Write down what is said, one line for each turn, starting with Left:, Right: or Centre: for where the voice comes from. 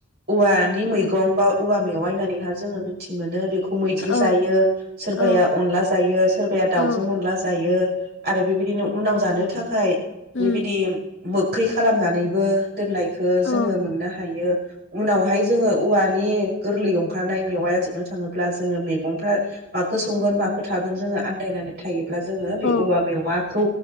Right: औवानि मै गं बा औवा मेवाय होननानै जोंङो मिथि मोनो बेखौ मैद्रु
Left: औ
Right: जायो सोरबाया
Left: औ
Right: अनला जायो सोरबाया दाउजों
Left: औ
Right: अनला जायो आरो बेबायदिनो उनाव जानो थाखाय
Left: उम
Right: बि बायदि मोखै खालामनानै बो दोननाय खौ
Left: औ
Right: जोंङो मोननो हायो उनावहाय जोंङो औवानि गोरलै ओंखारनाय मेवाया जोबनो थाङोब्ला जोंङो मैगंफोर माखो संगोन मखो थागोन जोंङो आन्दायनानै थायो। अब्ला जोंङो बे
Left: औ
Right: औवा मेवा खौ